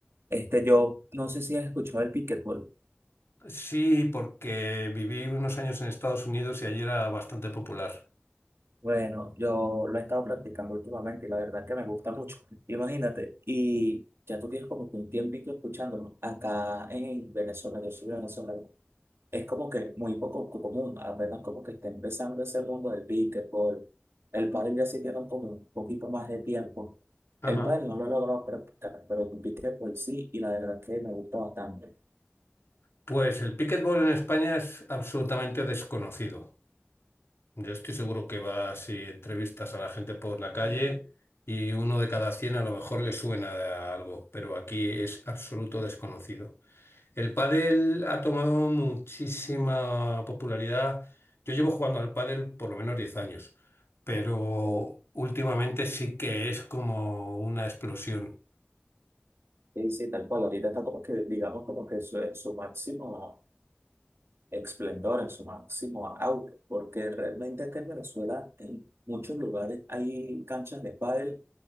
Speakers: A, on the right (about 90°); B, on the left (about 85°).
A: Este, yo no sé si has escuchado el pickleball.
B: Sí, porque viví unos años en Estados Unidos y allí era bastante popular.
A: Bueno, yo lo he estado practicando últimamente y la verdad es que me gusta mucho. Imagínate, y ya tú tienes como que un tiempito escuchándolo. Acá en Venezuela, yo soy venezolano, es como que muy poco co- común, apenas como que está empezando ese mundo del pickleball. El pádel ya sí tiene como un poquito más de tiempo.
B: Ajá.
A: El pádel no lo he logrado practicar, pero el pickleball sí, y la verdad es que me gusta bastante.
B: Pues el pickleball en España es absolutamente desconocido. Yo estoy seguro que vas y entrevistas a la gente por la calle y uno de cada cien a lo mejor le suena de algo, pero aquí es absoluto desconocido. El pádel ha tomado muchísima popularidad. Yo llevo jugando al pádel por lo menos 10 años, pero
A: Uy,
B: últimamente sí que es como una explosión.
A: Sí, sí, tal cual. Ahorita está como que, digamos, como que su, en su máximo. esplendor, en su máximo auge, porque realmente acá en Venezuela, en muchos lugares hay canchas de pádel